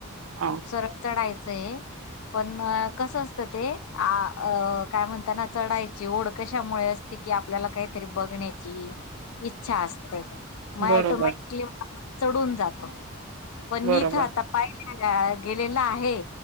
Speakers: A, on the right; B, on the left.
A: हा.
B: सरळ चढायचंय. पण अ कसं असतं ते आ अ काय म्हणताना चढायची ओढ कशामुळे असती कि आपल्याला काहीतरी बघण्याची इच्छा असते मग
A: बरोबर
B: ऑटोमॅटिकली चढून जातो. पण
A: बरोबर
B: इथं आता पायरी न गेलेला आहे.